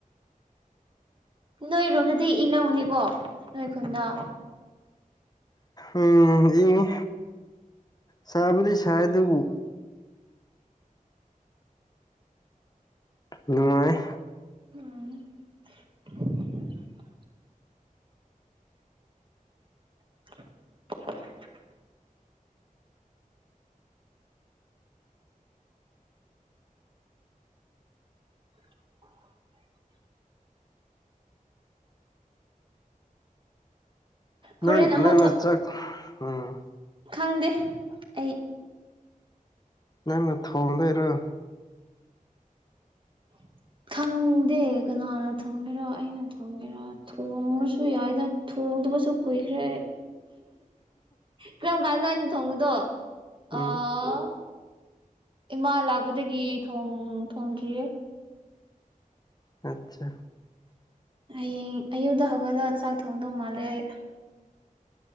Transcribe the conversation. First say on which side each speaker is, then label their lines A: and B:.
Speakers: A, on the right (about 35°); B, on the left (about 25°).
A: ꯅꯣꯏꯔꯣꯝꯗꯗꯤ ꯏꯪꯉꯝꯒꯅꯤꯀꯣ ꯅꯣꯏ ꯈꯨꯟꯗ
B: ꯎꯝ ꯏꯡꯉꯤ ꯁꯥꯕꯨꯗꯤ ꯁꯥꯏ ꯑꯗꯨꯕꯨ ꯅꯨꯡꯉꯥꯏ
A: <inaudible> <inaudible> <inaudible> ꯍꯣꯔꯦꯟ
B: ꯅꯪꯢ
A: ꯑꯃꯨꯛ
B: ꯅꯪ ꯅ ꯆꯥꯛ ꯎꯝ
A: ꯈꯪꯗꯦ ꯑꯩ
B: ꯅꯪꯅ ꯊꯣꯡꯗꯣꯢꯔꯣ
A: <inaudible> ꯈꯪꯗꯦ ꯀꯅꯥꯅ ꯊꯣꯡꯒꯦꯔꯥ ꯑꯩꯅ ꯊꯣꯡꯒꯦꯔꯥ ꯊꯣꯡꯉꯁꯨ ꯌꯥꯏꯗ ꯊꯣꯡꯗꯕꯁꯨ ꯀꯨꯏꯈ꯭ꯔꯦ ꯑꯩ ꯀꯔꯝ ꯀꯥꯟꯅꯣ ꯑꯩꯅ ꯊꯣꯡꯕꯗꯣ
B: ꯎꯝ
A: ꯑꯣ ꯏꯃꯥ ꯂꯥꯛꯄꯗꯒꯤ ꯊꯣꯡ ꯊꯣꯡꯗ꯭ꯔꯤꯌꯦ
B: ꯑꯆꯥ
A: ꯍꯌꯦꯡ ꯑꯌꯨꯛꯇ ꯍꯧꯒꯠꯂꯒ ꯆꯥꯛ ꯊꯣꯡꯗꯧ ꯃꯥꯜꯂꯦ ꯑꯩ